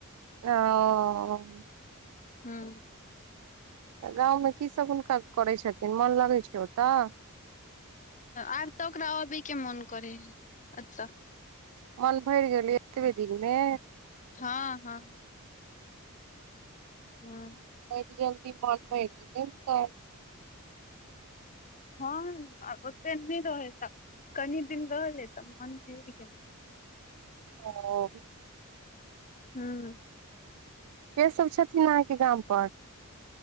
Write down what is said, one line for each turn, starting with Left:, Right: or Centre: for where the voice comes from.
Right: ओ
Left: हुँ
Right: गाँवमे की सब हुनका करै छथिन मोन लगै छै ओतऽ
Left: आर तऽ ओकरा अभी के मन करै हइ एत्त
Right: मन भरि गेलै एतबे दिनमे
Left: हँ हँ हुँ
Right: मन भ नहि त <inaudible>
Left: हँ ओते नहि रहे तऽ कनी दिन रहले तऽ मन भर गेल
Right: ओ
Left: हुँ
Right: के सब छथिन अहाँके गाम पर